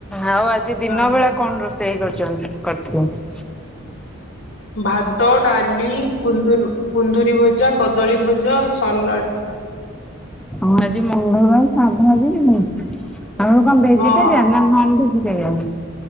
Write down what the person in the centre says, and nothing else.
ଆଉ ଆଜି ଦିନ
ବେଳା କଣ ରୋଷେଇ କରିଛନ୍ତି କରିଥିଲେ।
ହଁ ଆଜି ମଙ୍ଗଳବାର ସାଧା ଆଜି କି ନାଇଁ ଆପଣ କଣ ଭେଜିଟେରିଆନ୍
ନା ନନ୍ ଭେଜିଟୋରିଆନ୍!